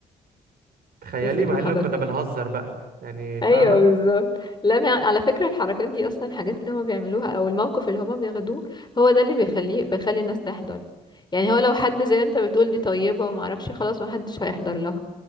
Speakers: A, on the right (about 60°); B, on the left (about 25°).
A: تخيلي
B: كويس اني
A: مع
B: ما
A: اننا
B: حضرتش
A: كنا بنهزر
B: <laughs>
A: بقى يعني فاهمه
B: ايوه بالظبط لا ما- على فكره الحركات دي اصلا الحاجات اللي هما بيعملوها او الموقف اللي هما بياخدوه هو ده اللي بيخليه بيخلي الناس تحضر يعني هو لو حد زي ما انت بتقول دي طيبه وما اعرفش خلاص ما حدش هيحضر لها